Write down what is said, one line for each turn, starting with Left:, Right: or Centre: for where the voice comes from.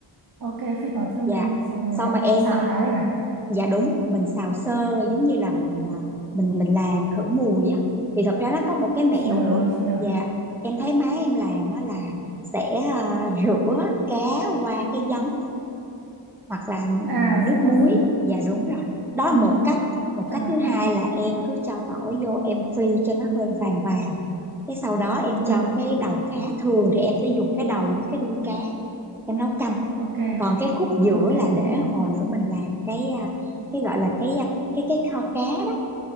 Right: Ok phi tỏi thơm
Centre: dạ
Right: lên. Xong rồi
Centre: xong
Right: là
Centre: mà em
Right: xào
Centre: à,
Right: cá lên à?
Centre: dạ đúng mình xào sơ giống như là mình à, mình mình làm khử mùi á thì thật ra nó có một cái mẹo
Right: Chị hiểu
Centre: nữa
Right: rồi chị hiểu.
Centre: dạ em thấy má em làm á là sẽ à, rửa cá qua cái giấm hoặc là
Right: À
Centre: nước
Right: rồi
Centre: muối
Right: có giấm.
Centre: dạ đúng rồi đó
Right: Ừ.
Centre: là một cách một
Right: Cho
Centre: cách
Right: nó.
Centre: thứ hai là em cứ cho tỏi vô em phi cho nó hơi vàng vàng cái sau đó em
Right: Ừ.
Centre: cho cái đầu cá thường thì em sẽ dùng cái đầu với cái đuôi cá em nấu canh
Right: Ok.
Centre: còn cái khúc giữa
Right: Ok
Centre: là
Right: ok.
Centre: để hồi nữa mình làm cái à, cái gọi là cái à, cái cái kho cá đó